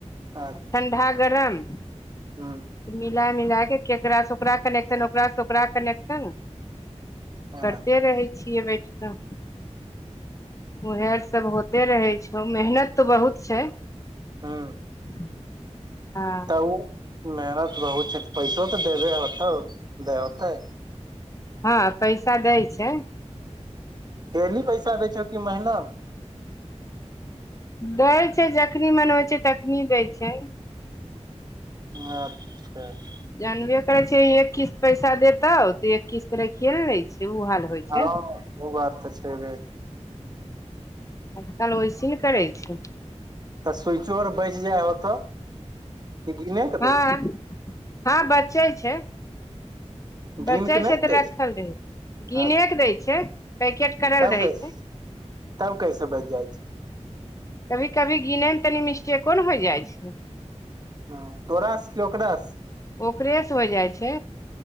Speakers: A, on the right; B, on the left.
A: अच्छा
B: ठण्डा गरम
A: <unintelligible>
B: मिला मिल कऽ केकरासँ ओकरा कनेक्शन ओकरासँ ओकरा कनेक्शन
A: हँ
B: करते रहै छियै बैठ कऽ उह सब होते रहे छौ मेहनत तो बहुत छै
A: हु
B: <inaudible> हँ
A: मेहनत बहुत छै तऽ पैसो तऽ देबे होतौ देै होतै
B: हँ पैसा दै छै
A: डेली पैसा दै छौ कि महीना
B: दै छै जखनि मन होइ छै तखनी दै छै
A: अच्छ
B: जानबे करे छी एक किस्त पैसा देतौ तो एक किस्त राखिये न ले है ओ हाल होइ छै
A: हँ ओ बात तऽ छै बे
B: आजकल वइसे ने करै छै
A: तऽ स्विचो आर बचि जाइ होते <inaudible> कि गिने कऽ
B: हँ
A: दै छै
B: हँ बचै छै
A: गिन
B: बचे
A: के नहि
B: छै
A: ने
B: तऽ
A: दै
B: राखल रहै छै गिने
A: हँ
B: केँ दै छै पैकेट करल
A: तब
B: रहै
A: कैसे
B: छै
A: तब कैस बाज जाइ छै
B: कभी कभी गिनेय में तनि मिस्टेको न होइ जाइ छै
A: ह तोरा स की ओकरा स
B: ओकरेसँ होइ जाइ छै